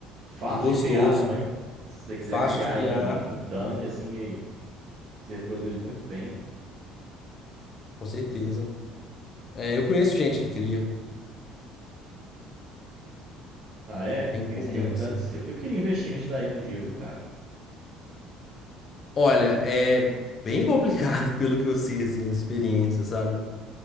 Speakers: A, on the right; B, on the left.
A: Fácil
B: e gostoso.
A: de criar também. Se você quiser
B: Fácil
A: criar
B: de criar,
A: em, em tanque, assim, ele se reproduz muito bem.
B: com certeza. É, eu conheço gente que cria,
A: Ah, é?
B: bem
A: Eles
B: comum,
A: criam em tanques.
B: assim.
A: Eu, eu queria investir nisso daí um dia, viu, cara?
B: Olha, é bem complicado <laughs> pelo que eu sei, assim, a experiência, sabe?